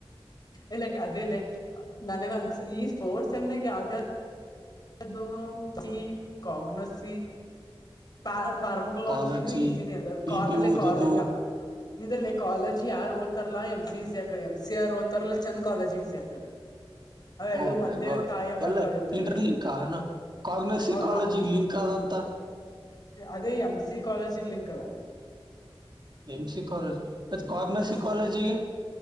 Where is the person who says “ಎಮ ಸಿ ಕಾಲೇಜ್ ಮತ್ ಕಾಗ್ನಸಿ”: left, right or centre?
Right